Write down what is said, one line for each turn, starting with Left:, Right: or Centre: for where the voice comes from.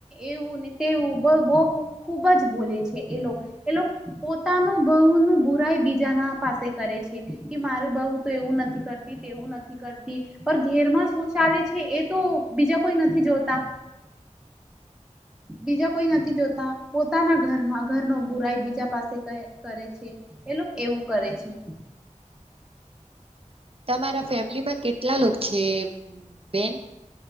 Centre: એવું ને તેવું ખૂબ જ બોલે છે એ એ પોતાનું બહુ ન બુરાય બીજા ના પાસે કરે છે કે મારું બહુ તો એવું નથી કરતી તેવું નથી કરતી પણ ઘેરમાં શું ચાલે છે, એ તો બીજા કોઈ નથી જોતા બીજા કોઈ નથી જોતા પોતાના ઘરમાં ઘરનો બુરાઈ બીજા પાસે કરે છે, એ લોકો એવું કરે છે,
Right: તમારા ફેમિલીમાં કેટલા લોકો છે બેન.